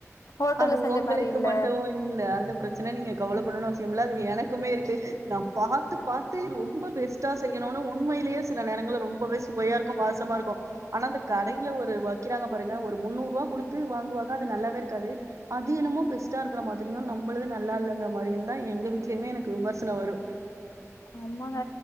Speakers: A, on the left; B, on the right.
A: ஹோட்டல்ல
B: அது
A: செஞ்ச
B: ஒங்களுக்கு
A: மாரி இல்ல.
B: மட்டு இல்ல அந்த பிரசனை நீங்க கவல படனுன்னு அவசியம் இல்ல அது எனக்கு மே இருக்கு நா பாத்து-பாத்து ரொம்ப பெஸ்டா செய்யணுனு உண்மைலே சில நேரங்கள ரொம்பவே சுவையா இருக்கு வாசமா இருக்கு ஆனா அந்த கடயில ஒரு வக்குறாங்க பாருங்க ஒரு முன்னூறு ரூபா குடுத்து வாங்குவாங்க அது நல்லாவே இருக்காது அது என்னமோ பெஸ்டா இருக்குற மாதிரியு நம்மளது நல்லா இல்லங்கிற மாரியு தா எங்க வீட்லயுமே எனக்கு விமர்சனம் வரு
A: ஆமாங்க